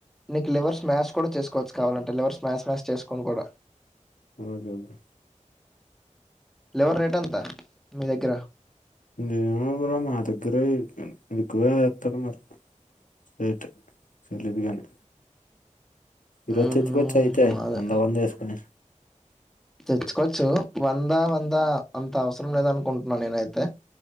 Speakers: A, in the centre; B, on the left (about 85°).
A: నీకు లివర్ స్మాష్ కూడా చేసుకోవచ్చు కావాలంటే లివర్ స్మాష్ స్మాస్ష్ చేసుకుని కూడా
B: ఓకే బ్రో
A: లివర్ రేట్ ఎంత మీ దగ్గర
B: ఎమో బ్రో మా దగ్గరే ఎట్లా ఎకువే ఎత్తడు మరి రేట్ చెల్లుదిగగాని ఇరవై
A: ఉహు
B: తెచ్చుకోవచ్చు అయితే
A: అదే
B: వంద వంద వేసుకొని
A: తెచ్చుకోవచ్చు వంద వంద అంత అవసరం లేదు అనుకుంటున్నాన నేనైతే